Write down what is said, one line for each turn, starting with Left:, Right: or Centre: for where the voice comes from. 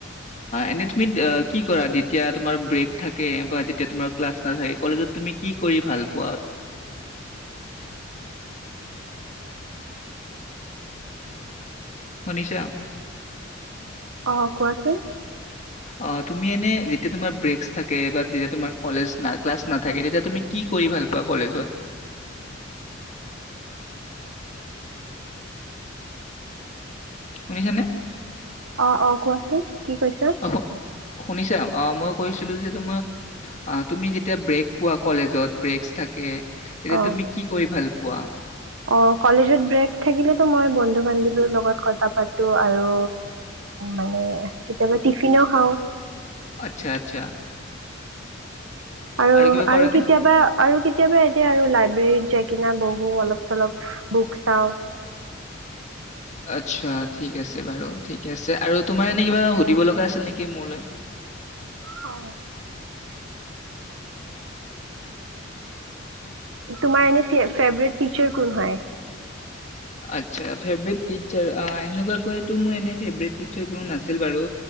Left: এনে তুমি কি কৰা যেতিয়া তোমাৰ ব্ৰেক থাকে বা যেতিয়াাৰ ক্লাছ নাথে কলেজ তুমি কি কৰি ভাল পোৱা মনিষা
Right: আহ কোৱাচোন
Left: আহ তুমি এনে যেতিয়া তোমাৰ ব্ৰেক থাকে বা যেতিয়া তোমাৰ কলেজ ন ক্লাছ নাথাকে তেতিয়া তুমি কি কৰি ভাল পোৱা কলেজত শুনিছ ননে
Right: অঁ অঁ কোৱাচোন কি কৈছা
Left: অ শু শুনিছা অ মই কৈছিলো যে তোমাক তুমি যেতিয়া ব্ৰেক পোৱা কলেজত ব্ৰকচ থাকে এতিয়া
Right: অ
Left: তুমি কি কৰি ভাল প পোৱা
Right: অ কলেজত ব্ৰেক থাকিলোটো মই বন্ধু বান্ধৱ লগত কথা পাতো আৰু মানে কেতিয়াবা টিফিনো খাওঁ
Left: আচ্ছা আচ্ছা
Right: আৰু
Left: কিবা
Right: আৰু
Left: কৰে
Right: কেতিয়াবা
Left: নে?
Right: আৰু কেতিয়াবা আৰু লাইব্ৰেৰীত যাই কিনা বহু অলপ চলপ বুক চাওঁ
Left: আচ্ছা ঠিক আছে বাৰু ঠিক আছে আৰু তোমাৰ এনে কিবা সুধিব লগা আছিল নেকি মোৰলৈ
Right: অ তোমাৰ এনে ফেৱৰেত টিচাৰ কোন হয়
Left: আটচা ফেভৰেত টিচাৰ এনেকুৱাকো মোৰ এনে ফেভট টিচাৰ কোনো নাছিল বাৰু